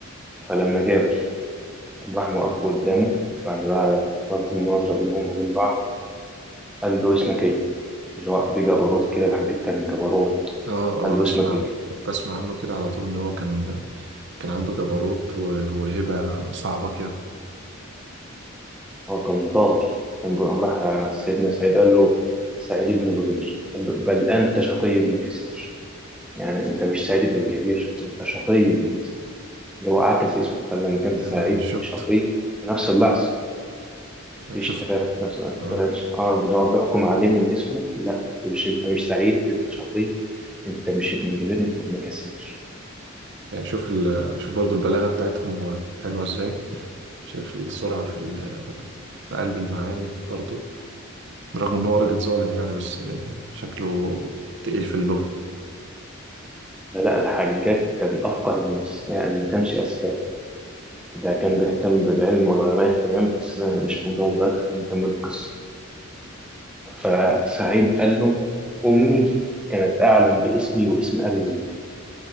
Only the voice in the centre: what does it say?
فلما جابه قام راح موقفه قدامه بعد بقى قصد المناظرة بينهم وبين بعض قال له اسمك ايه؟ اللي هو بجبروت كده الحاج كان جبروت
قال له
اسمك ايه؟
هو كان طاغي قام جو- قام راح سيدنا سعيد قال له سعيد بن جبير قال له بل أنت شقي بن كثير يعني أنت مش سعيد بن جبير أنت شقي بن كثير اللي هو عكس اسمه خلى مكان
سعيد
شقي في نفس اللحظة مفيش
تفاهم في نفس انت
اه اللي هو بيحكم عليه من اسمه لا انت مش انت مش سعيد انت شقي انت مش ابن جبير انت ابن كثير
مم.
لا لا الحجاج كان افقه الناس يعني ما كانش اذكى ده كان بيهتم بالعلم والعلماء اهتمام بس ده مش موضوع دلوقتي خلينا نكمل القصه فسعيد قال له امي كانت اعلم باسمي واسم ابي زيد